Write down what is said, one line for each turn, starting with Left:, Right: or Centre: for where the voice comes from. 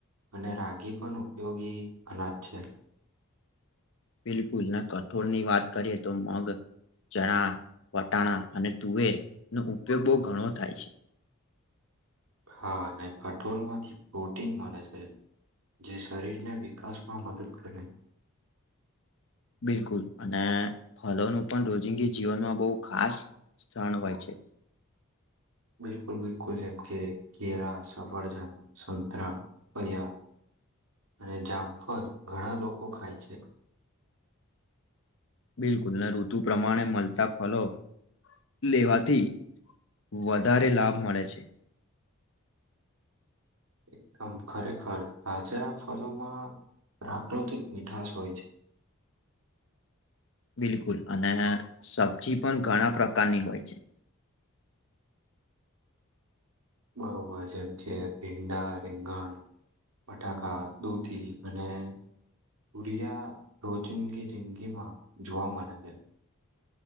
Right: અને રાગી પણ ઉપયોગી અનાજ છે.
Left: બિલકુલ ના કઠોળ ની વાત કરીએ તો મગ. ચણા, વટાણા અને તુવેર નો ઉપયોગ બહુ ઘણો થાય છે. <inaudible>
Right: હા અને કઠોળ માંથી પ્રોટીન મળે છે જે શરીરને વિકાસમાં મદદ કરે
Left: <inaudible> બિલકુલ અને ફલોનું પણ રોજિંગી જીવનમાં બહુ ખાસ સ્થણ હોય છે <inaudible>
Right: બિલકુલ બિલકુલ જેમ કે કેરા સફરજન સંતરા પયયા અને જામફર ઘણા લોકો ખાય છે
Left: બિલકુલ ને ઋતુ પ્રમાણે મળતા ફલો લેવાથી વધારે લાભ મળે છે <inaudible>
Right: એકદમ ખરેખર તાજા ફલોમાં પ્રાકૃતિક મીઠાશ હોય છે
Left: બિલકુલ અને સબ્જી પણ ઘણા પ્રકારની હોય છે <inaudible>
Right: બરોબર છે એમ છે ભીંડા રીંગણ બટાકા દૂધી અને તૂરિયા રોજિંદગી જિંદગીમાં જોવા મળે છે